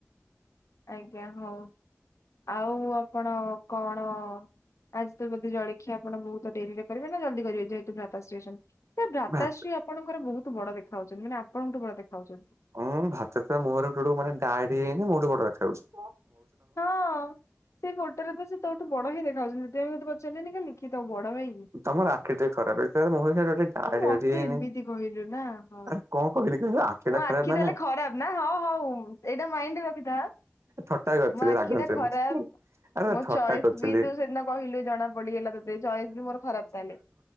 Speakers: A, on the left; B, on the right.
A: ଆଜ୍ଞା ହଉ ଆଉ ଆପଣ କଣ ଆଜି ତ ବୋଧେ ଜଳଖିଆ ଆପଣ ବହୁତ ଡେରିରେ କରିବେ ନା ଜଲ୍ଦି କରିବେ ଯେହେତୁ ମାତା ଶ୍ରୀ ଅଛନ୍ତି। ସେ ଭ୍ରାତାଶ୍ରୀ
B: ଭାତ
A: ଆପଣଙ୍କର ବହୁତ ବଡ ଦେଖାଉହଛନ୍ତି ମାନେ ଆପଣଙ୍କଠୁ ବଡ ଦେଖାହଉଛନ୍ତି।
B: ହଁ ଭାତ ତ ମୁହଁରେ ମାନେ ଗାଢି ହେଇନି ମୋ ଠୁ ଗୋଟେ ରଖାଯାଉଛି।
A: ହଁ ସେ ଗୋଟେରେ ତ ସେ ତୋଠୁ ବଡ ହି ଦେଖା ଯାଉଛି ଯଦି ମୋତେ ପଚାରିବୁ। ସେନା ନିକା ଲିକି ତ ବଡ ଭାଇକି
B: ତମର ଆଖି ଟିକେ ଖରାପ ତାର ମୁହଁରେ ଗୋଟେ ଦାଢି
A: ମତେ
B: ହେଇନି
A: ଏମିତି କହିଲେ। ନା ହଁ।
B: ଆରେ କଣ କହିଲି କହିଲ ଆଖିଟା
A: ମୋ ଆଖି
B: ଖରାପ ମାନେ
A: ତାହେଲେ ଖରାପ ନା ହଉ ହଉ ଏଇଟା ମାଇଣ୍ଡରେ ରଖିଥା ହା।
B: ଥଟ୍ଟା କରିଥିଲି
A: ମୋ ଆଖି
B: ରାଗନ୍ତୁନି
A: ଟା ଖରାପ।
B: ଆରେ
A: ମୋ
B: ଥଟ୍ଟା
A: ଚଏସ
B: କରିଥିଲି।
A: ବି ତୁ ସେଦିନ କହିଲୁ ଜଣା ପଡିଗଲା ତତେ ଚଏସ ବି ମୋର ଖରାପ ତାହାଲେ।